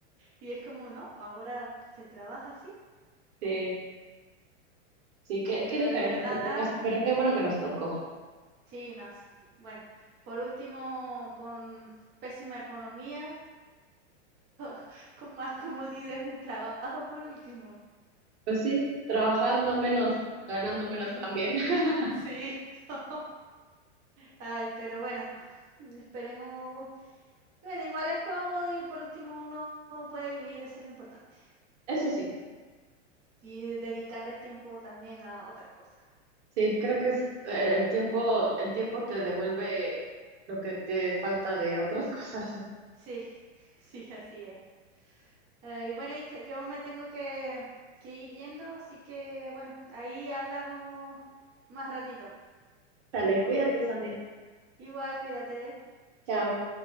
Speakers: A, on the right (about 30°); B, on the right (about 70°).
A: y es como, no, ahora se trabaja así.
B: sí, sí, qué,
A: Sí, pero
B: qué diferentes
A: de verdad,
B: épocas, pero qué bueno que nos tocó.
A: sí, no, sí. Bueno, por último, con pésima economía, <laughs> con más comodidad en el trabajo, por último.
B: Pues sí, trabajando menos, ganando menos
A: Mm,
B: también. <laughs>
A: Sí, <laughs> no. Ay, pero bueno, esperemos. Bueno, igual es cómodo y por último uno puede vivir, eso es lo importante.
B: Eso sí,
A: Y de- dedicar el tiempo también a otras cosas.
B: sí, creo que es eh, el tiempo, el tiempo te devuelve lo que te falta de otras <laughs> cosas.
A: Sí, <laughs> sí, así es. Eh, y bueno, Itza, yo me tengo que, que ir yendo, así que bueno, ahí hablamos más ratito.
B: Dale, cuídate, Sandy.
A: Igual, cuídate.
B: Chao.